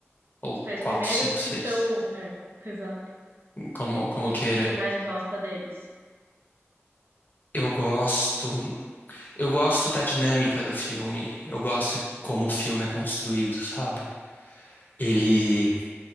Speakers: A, on the left; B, on the right.
A: Ou
B: Os três
A: quatro,
B: primeiros
A: cinco,
B: que
A: seis.
B: são. É, <laughs> exato.
A: Como, como
B: E o
A: queira.
B: que que você mais gosta deles?
A: Eu gosto. Eu gosto da dinâmica do filme. Eu gosto como o filme é construído, sabe? Ele